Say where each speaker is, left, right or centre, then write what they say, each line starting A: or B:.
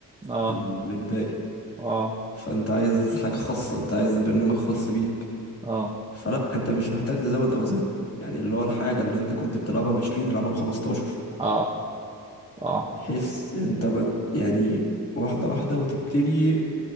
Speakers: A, on the right; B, on the left.
A: اه
B: ال... الباقي
A: اه
B: فانت عايز حاجة خاصة انت عايز برنامج خاص بيك
A: اه
B: فلا انت مش محتاج تزود اوزان يعني اللي هو الحاجة اللي انت كنت بتلعبها بعشرين العبها بخمستاشر
A: اه اه
B: بحيث انت ما يعني واحدة واحدة وتبتدي